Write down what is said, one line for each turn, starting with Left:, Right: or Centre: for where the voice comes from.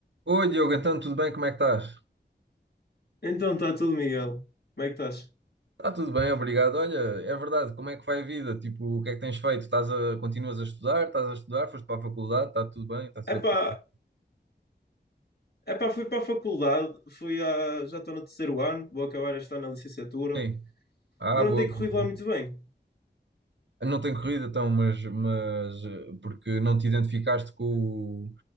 Right: Oi, Diogo, então tudo bem? Como é que estás?
Left: Então está tudo, Miguel. Como é que estás?
Right: Está tudo bem, obrigado. Olha, é verdade, como é que vai a vida? Tipo, o que é que tens feito? Estás a, continuas a estudar? Estás a estudar? Foste para a faculdade? Está tudo bem? Está tudo
Left: Epá,
Right: a correr?
Left: epá, fui para a faculdade, fui a, já estou no terceiro ano, vou acabar este ano na licenciatura,
Right: Sim. Ah,
Left: mas
Right: boa,
Left: não tem corrido
Right: boa, boa.
Left: lá muito bem.
Right: Não tem corrido então, mas, mas eh, porque não te identificaste com, o-